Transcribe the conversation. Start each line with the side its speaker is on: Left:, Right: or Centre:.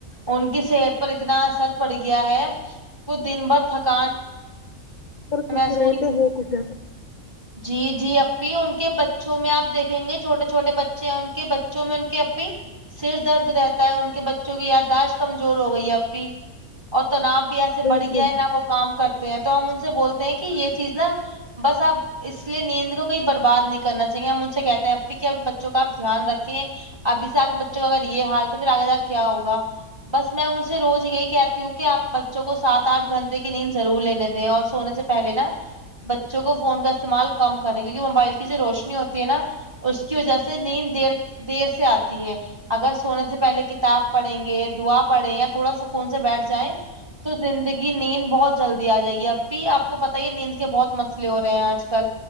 Right: ان کی صحت پر اتنا اثر پڑ گیا ہے وہ دن بھر تھکان
Left: پر کچھ
Right: محسوس
Left: رہے تو ہو کھ <unintelligible>
Right: جی جی اپی ان کے بچوں میں آ دیکھیں گے چھوٹے چھوٹے بچے ہیں ان کے بچوں میں ان کے اپی سر درد رہتا ہے ان کے بچوں کی یادداشت کمزور ہو گئی ہے اپی اور تناؤ ایسے
Left: بالکل
Right: بڑھ گیا ہے نہ وہ کام کرتے ہیں تو ہم ان سے بولتے ہیں کہ یہ چیز نا بس آپ اس لیے نیند کو کوئی برباد نہیں کرنا چاہیے ہم مجھ سے کہتے ہیں ایپی کہ اپنے بچوں کا آپ دھیان رکھیں ابھی سے آپ کے بچوں کو اگر یہ ہال تو پھر آگے جاکے کیا ہوگا بس میں ان سے روز یہی کہتی ہوں کہ آپ بچوں کو سات اٹھ گھنٹے کی نیند ضرور لینے دیں اور سونے سے پہلے نا بچوں کو فون کا استعمال کم کریں کیونکہ موبائل کی جو روشنی ہوتی ہے نا اس کی وجہ سے نیند دیر دیر سے آتی ہے اگر سونے سے پہلے کتاب پڑیں گے دعا پڑے یا تھوڑا سکون سے بیٹھ جائیں تو زندگی نیند بہت جلدی آ جائے گی ایپی آپ کو کو پت یہ نیند کے بہت مسلئے ہو رہے ہیں آج کل